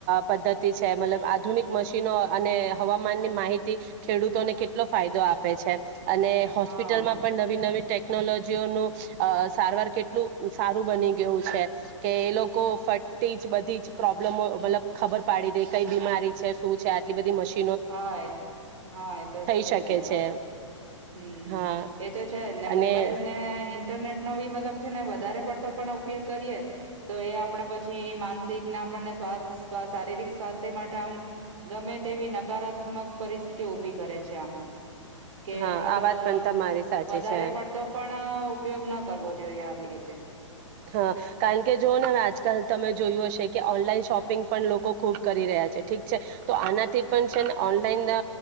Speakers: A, on the right; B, on the right.
A: પદ્ધતિ છે મતલબ આધુનિક મશીનો અને હવામાનની માહિતી ખેડૂતોને કેટલો ફાયદો આપે છે અને હોસ્પિટલ
B: હા
A: માં પણ નવી નવી ટેકનોલોજીઓનું અ સારવાર કેટલું સારું બની ગયું છે. કે એ લોકો ફટતી જ બધી જ પ્રોબ્લેમ મતલબ ખબર પડી દે કઈ બીમારી છે શું છે આટલી બધી મશીન
B: હા એ હા એતો જ છેજ.
A: શકે
B: બરાબર
A: છે
B: હમ
A: હા
B: એતો છે જ ને મો
A: અને
B: મોબાઈલ ને ઈન્ટરનેટ નો ભી મતલબ છે ને વધારે પડતો પણ આ ઉપયોગ કરીએ તો એ આપણે પછી માનસિક ના આપણને શારીરિક સ્વાસ્થ્ય માટે આમ ગમે તેવી ન. સકારાત્મક પરિસ્થિતિ ઉભી કરે છે આમ. કે
A: હા
B: મતલબ
A: આ વાત પણ તમારી સાચી
B: વધારે
A: છે
B: પડતો પણ. ના ઉપયોગ ના કરવો જોઈએ આવી રીતે
A: હા કારણ કે જોઓ ને હવે આજકાલ તમે જોયું હશે કે ઓનલાઈન શોપિંગ પણ લોકો ખૂબ કરી રહ્યા છે ઠીક છે તો આનાથી પણ છે ને ઓનલાઈન